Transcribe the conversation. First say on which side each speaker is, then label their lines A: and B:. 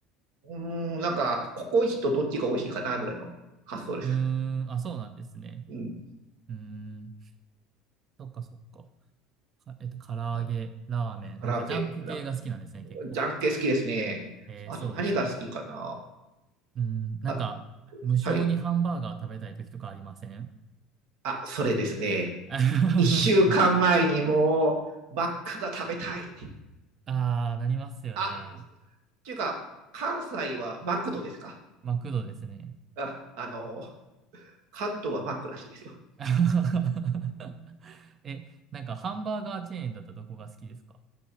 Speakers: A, on the right (about 70°); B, on the right (about 40°).
A: うーん、なんか、ココイチとどっちが美味しいかなぐらいの発想です。
B: うーん、あ、そうなんですね。
A: うん。
B: うーん、そっかそっか。か、えっと、唐揚げ、
A: あ
B: ラーメン、
A: 唐揚げ、
B: なんかジャンク系が好きなんですね、
A: ほら、
B: 結構。
A: ジャンケ好きですね。
B: えー、
A: あと何が好きかな。
B: そうですか。うーん、なんか、
A: あ、
B: 無性にハンバーガー食べたい時とかありません
A: はい。あ、それですね。
B: <laughs> はい
A: 一週間前にもう、マックが食べたいって。
B: ああ、なりますよね。
A: あ、っていうか、関西はマクドですか
B: マクドですね。
A: あ、あの、関東はマックらしいですよ。
B: <laughs> え、なんかハンバーガーチェーンだったらどこが好きですか